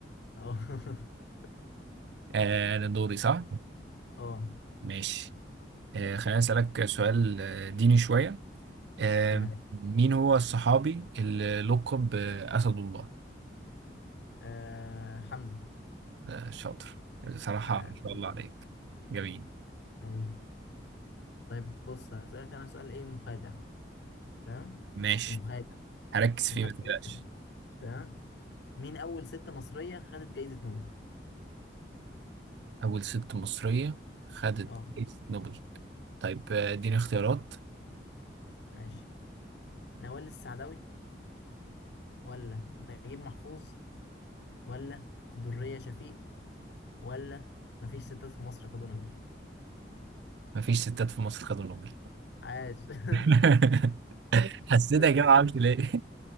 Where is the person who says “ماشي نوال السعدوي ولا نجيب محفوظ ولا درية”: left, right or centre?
Left